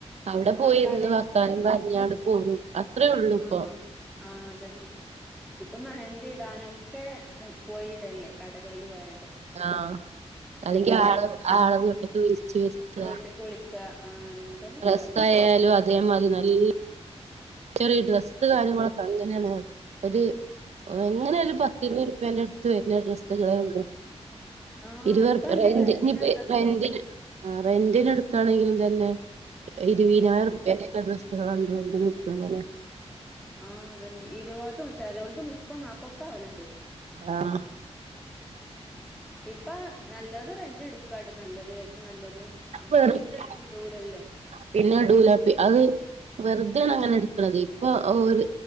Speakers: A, on the right; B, in the centre.
A: അവടെപ്പോയിരുന്ന്
B: ആഹ് തലേന്ന്
A: വർത്താനപ്പറഞ്ഞാണ്ട്. <unintelligible> അത്രയൊള്ളൂഇപ്പം
B: ആഹ് ആഹ് അതാന്. ഇപ്പോ മെഹന്തിടാനോക്കെ പോയിടല്ലേ. കടകളില് പോയി
A: ആഹ്, അല്ലങ്കിൽ ആളെ വീട്ടിക്ക് വിളിച്ചു വെരുത്താ.
B: വീട്ട്ക്ക് വിളിക്ക ആഹ് അങ്ങനെ തന്നെ
A: ഡ്രെസ്സായാലും
B: ഇപ്പൊ
A: അത് അതെ മാതിരി നല്ല ചെറിയ ഡ്രസ്സ് കാര്യങ്ങളൊ അങ്ങെനെയാണ്. ഒര്
B: ആഹ്
A: അങ്ങനെയൊരു പ ഇരുന്നൂറുപ്പിന്റേടത്ത് വെരുന്നഡ്രസ്സ്കളെ ഉള്ളൂ.
B: ആഹ്
A: ഇരുവെർപ്പിക്ക്
B: ഇപ്പൊ നല്ല
A: റെന്റി
B: വെലന്റെ
A: നിപ്പോ
B: ഡ്രസ്സുകളാ
A: റെന്റിന് ആഹ്. റെന്റിനു എടുക്കാണങ്കിലും തന്നെ. ഇരുവിനായിരം
B: ഉം
A: ർപ്യ ൻറ്റെ ഡ്രസ്സ്‌ ആ റെന്റ്റിന് അത് പോലെ
B: ആഹ്, അതെന്നെ. ഇരുപതും ചെലവലത്ത് മുപ്പത്തും നാപ്പതുമൊക്കെയാവലൊണ്ട്.
A: ആഹ്
B: ഇപ്പ നല്ലെത് റെന്റിനെടുക്കട്ട നല്ലെത് നല്ലത്. നമ്മള്
A: വെറ്ത്
B: പിന്നെ ഇടൂലല്ലോ
A: പിന്നെ ഇടൂല അത് വെറ് വെറുതെആണിപ്പങ്ങനെയെടക്കണത്. ഇപ്പോ ഓര്